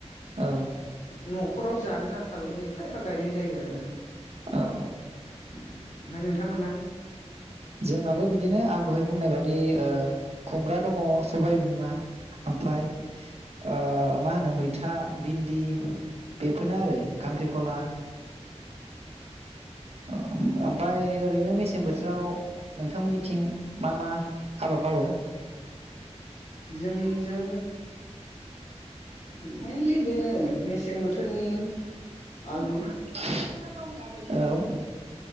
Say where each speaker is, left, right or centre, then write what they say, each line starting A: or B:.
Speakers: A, on the right; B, on the left.
A: औ
B: न'खराव जानो आनथाल'नो एफा एफा गायनाय जायो आरोना
A: औ
B: ओमफाय नोंथांमोना
A: जोंनाबो बिदिनो आं दहाय बुंनाय बादि ओ खुमब्रा दङ सबाय बिमा ओमफ्राय ओ मा होनो मैथा भिन्दि बेफोरनो आरो खांख्रिखला ओम ओमफाय ओरैनो मेसें बोथोराव नोंथांमोननिथिं मा मा आबाद मावो?
B: जोंनिजों मैइनलि बेनो मेसें बोथोरनि
A: <unintelligible>
B: आलु
A: औ